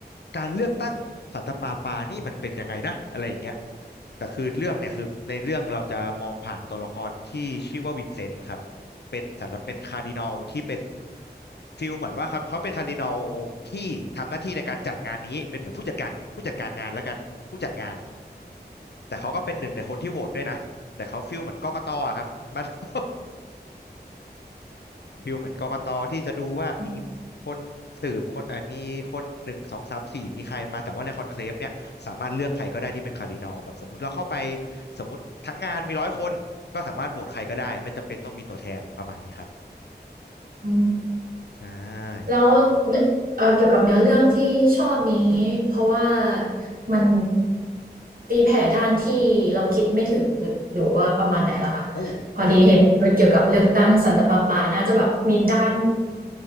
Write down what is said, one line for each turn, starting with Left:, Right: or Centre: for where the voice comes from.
Left: การเลือกตั้งสันตะปาปานี่มันเป็นยังไงนะอะไรอย่างเงี้ยแต่คือเรื่องเนี่ยคือในเรื่องเราจะมองผ่านตัวละครที่ชื่อว่าวินเซนต์ครับ เป็นสำหรบเป็นคาร์ดินัลที่เป็นฟิลเหมือนว่าครับเขาเป็นคาร์ดินัลที่ทำหน้าที่ในการจัดงานนี้เป็นเหมือนผู้จัดการผู้จัดการงานแล้วกันผู้จัดงานแต่เขาก็เป็นหนึ่งในคนที่โหวตด้วยนะแต่เขาฟิลเหมือนกกตอะครับ <laughs> มัาน <laughs> รฟิลเหมือนกกตที่จะดูว่ามี
Right: <laughs>
Left: คนสืบคนเอ่อมีคนหนึ่งสองสามสี่มีใครมาแต่ว่าในคอนเคลฟเนี่ยสามารถเลือกใครก็ได้ที่เป็นคาร์ดินัลแบบสมมติเราเข้าไปสมมติทั้งงานมีร้อยคนก็สามารถโหวตใครก็ได้ไม่จำเป็นต้องมีตัวแทนประมาณนี้ครับ
Right: อืม
Left: ใช่
Right: แล้วเอ่อเกี่ยวกับเนื้อเรื่องที่ชอบนี้เพราะว่ามันตีแผ่ด้านที่เราคิดไม่ถึงหรือหรือว่าประมาณไหนล่ะคะ
Left: โอ้
Right: พอดีเห็นมันเกี่ยวกับเลือกตั้งสันตะปาปาน่าจะแบบมีด้าน